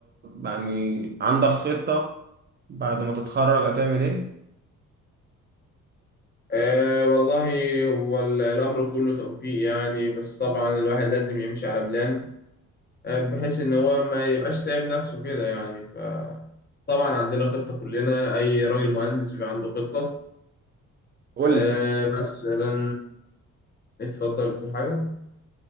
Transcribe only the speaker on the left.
أه والله هو ال- الأمر كله توفيق يعني بس طبعا الواحد لازم يمشي على بلان آه، بحيث إن هو ما يبقاش سايب نفسه كده يعني فطبعا عندنا خطة كلنا أي راجل مهندس بيبقى عنده خطة
أه
مثلا اتفضل بتقول حاجة؟